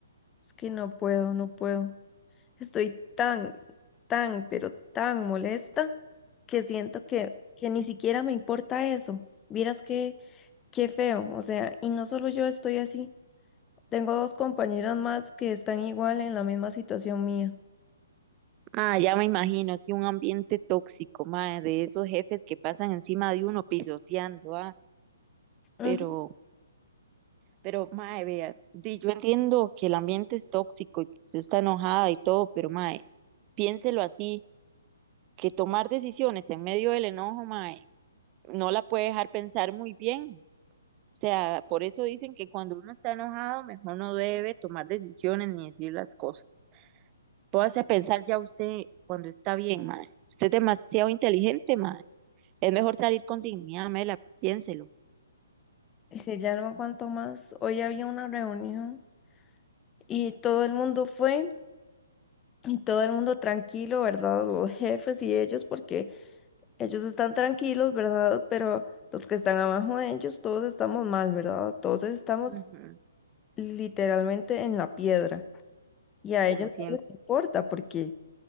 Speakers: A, on the left; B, on the right.
A: es que no puedo, no puedo. Estoy tan, tan, pero tan molesta que siento que, que ni siquiera me importa eso. Vieras que, qué feo, o sea, y no solo yo estoy así. Tengo dos compañeras más que están igual en la misma situación mía.
B: Ah, ya me imagino, sí, un ambiente tóxico, mae, de esos jefes que pasan encima de uno pisoteando, ah,
A: Ujú.
B: pero, pero, mae, vea, di, yo entiendo que el ambiente es tóxico y que usted está enojada y todo, pero, mae, piénselo así, que tomar decisiones en medio del enojo, mae, no la puede dejar pensar muy bien. O sea, por eso dicen que cuando uno está enojado, mejor no debe tomar decisiones ni decir las cosas. Póngase a pensar ya usted cuando está bien, mae. Usted es demasiado inteligente, mae. Es mejor salir con dignidad, Mela, piénselo.
A: Y si ya no aguanto más, hoy había una reunión y todo el mundo fue y todo el mundo tranquilo, ¿verdad? Los jefes y ellos, porque ellos están tranquilos, ¿verdad? Pero los que están abajo de ellos, todos estamos mal, ¿verdad? Todos estamos
B: Ujú,
A: literalmente en la piedra y a
B: Como
A: ellos
B: siempre.
A: no les importa porque